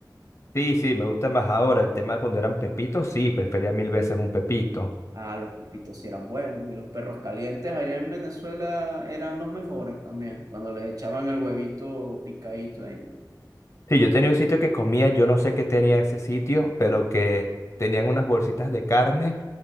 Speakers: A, on the left; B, on the right.
A: Sí, sí, me gusta más ahora. El tema cuando eran pepitos, sí, prefería mil veces un pepito.
B: Ah, los pepitos sí eran buenos, y los perros calientes allá en Venezuela eran los mejores también, cuando les echaban el huevito picadito ahí.
A: Sí, yo tenía un sitio que comía, yo no sé qué tenía ese sitio, pero que tenían unas bolsitas de carne